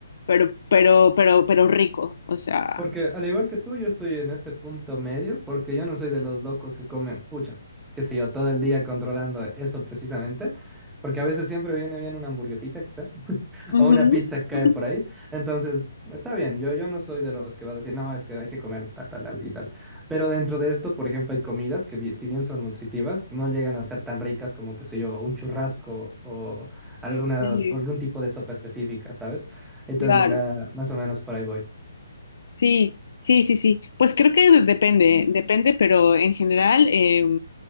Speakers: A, on the left; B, in the centre.
A: pero, pero, pero, pero rico, o sea.
B: porque al igual que tú, yo estoy en ese punto medio, porque yo no soy de los locos que comen, pucha, qué sé yo, todo el día controlando eso precisamente, porque a veces siempre viene bien una hamburguesita, quizá.
A: Ujú.
B: o una pizza cae
A: <laughs>
B: por ahí. Entonces, está bien, yo, yo no soy de los que va a decir, no, es que hay que comer tal, tal, tal y tal. Pero dentro de esto, por ejemplo, hay comidas que bi- si bien son nutritivas, no llegan a ser tan ricas como, qué sé yo, un churrasco o alguna,
A: Sí,
B: algún tipo de sopa específica, ¿sabes? Entonces,
A: claro.
B: ah, más o menos por ahí voy.
A: Sí, sí, sí, sí. Pues creo que de- depende, depende, pero en general eh,